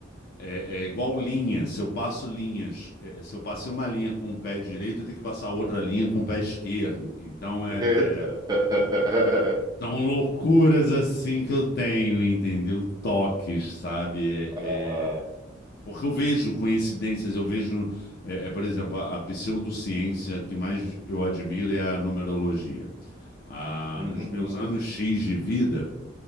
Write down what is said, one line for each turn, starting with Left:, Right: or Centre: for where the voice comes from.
Left: É, é igual linha. Se eu passo linhas, é, se eu passei uma linha com o pé direito, eu tenho que passar outra linha com o pé esquerdo. Então, é,
Right: Eita.
Left: é-
Right: <laughs>
Left: são loucuras assim que eu tenho, entendeu? Toques, sabe? É,
Right: Ah,
Left: é- Porque eu vejo coincidências, eu vejo, é, é, por exemplo, a, a pseudociência que mais eu admiro é a numerologia. Ah,
Right: uhum.
Left: nos meus anos X de vida,